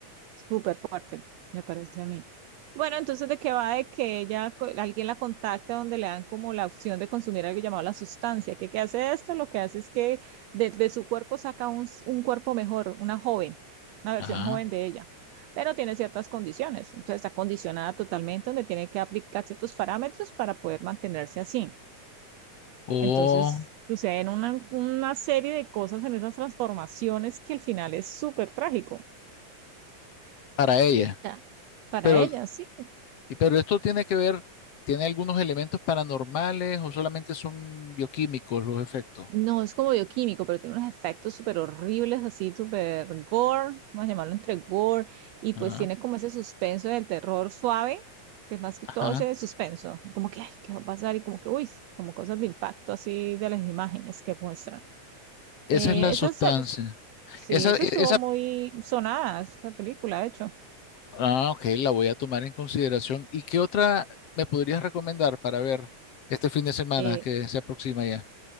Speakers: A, on the right; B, on the left.
A: Súper fuerte, me parece a mí. Bueno, entonces, ¿de qué va? De que ella, co- alguien la contacta donde le dan como la opción de consumir algo llamado la sustancia. ¿Qué, qué hace esto? Lo que hace es que de, de su cuerpo saca un, s- un cuerpo mejor, una joven, una versión
B: Ajá.
A: joven de ella, pero tiene ciertas condiciones. Entonces, está condicionada totalmente donde tiene que aplicar ciertos parámetros para poder mantenerse así.
B: O
A: Entonces, suceden una, una serie de cosas en esas transformaciones que al final es súper trágico.
B: para ella.
A: Ya. Para
B: Pero
A: ella, sí.
B: Y pero esto tiene que ver, tiene algunos elementos paranormales o solamente son bioquímicos los efectos.
A: No, es como bioquímico, pero tiene unos efectos súper horribles, así súper gore, vamos a llamarlo entre gore, y
B: Ah,
A: pues tiene como ese suspenso del terror suave, que es más que todo
B: ajá.
A: ese suspenso, como que, ay, ¿qué va a pasar? Y como que, uy, como cosas de impacto así de las imágenes que muestran.
B: Esa
A: Eh,
B: es la sustancia.
A: esa, se- sí,
B: Esa,
A: esa
B: e-
A: estuvo
B: esa,
A: muy sonada, esa película, de hecho.
B: ah, ok, la voy a tomar en consideración. ¿Y qué otra me podrías recomendar para ver este fin de semana
A: Eh,
B: que se aproxima ya?